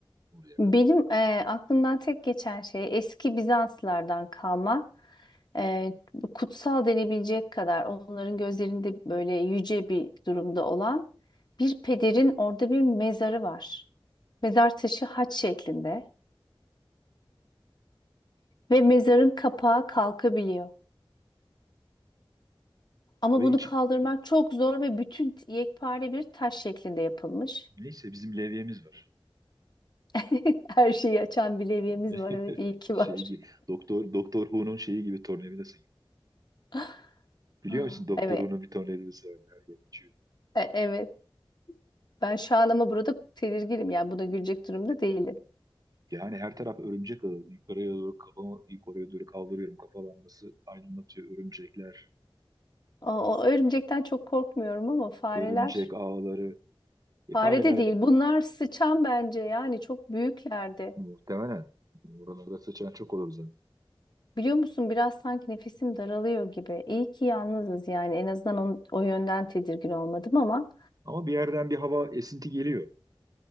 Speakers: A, on the right; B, on the left.
A: oraya.
B: Benim e, aklımdan tek geçen şey eski Bizanslardan kalma e, kutsal denebilecek kadar onların gözlerinde böyle yüce bir durumda olan bir pederin orada bir mezarı var. Mezar taşı haç şeklinde. Ve mezarın kapağı kalkabiliyor. Ama
A: Ve
B: bunu
A: iki,
B: kaldırmak çok zor ve bütün yekpare bir taş şeklinde yapılmış.
A: neyse bizim levyemiz var.
B: <laughs> Her şeyi açan bir levyemiz
A: <laughs>
B: var. Evet, iyi ki
A: Şey
B: var.
A: gibi, Doktor Doktor Who'nun şeyi gibi tornavidası gibi.
B: <laughs>
A: Biliyor
B: Aa,
A: musun Doktor
B: Evet,
A: Who'nun bir tornavidası var. Her yer uçuyor.
B: e- evet. Ben şu an ama burada tedirginim. Yani buna gülecek durumda değilim.
A: Yani her taraf örümcek ağı. Yukarıya doğru kafamı yukarıya doğru kaldırıyorum. Kafa lambası aydınlatıyor örümcekler.
B: O, o örümcekten çok korkmuyorum ama fareler
A: Örümcek ağları. E,
B: Fare
A: fareler
B: de değil. Bunlar sıçan bence. Yani çok büyüklerdi.
A: muhtemelen. Oralarda sıçan çok olur zaten.
B: Biliyor musun biraz sanki nefesim daralıyor gibi. İyi ki yalnızız yani. En azından on- o yönden tedirgin olmadım ama
A: Ama bir yerden bir hava esinti geliyor.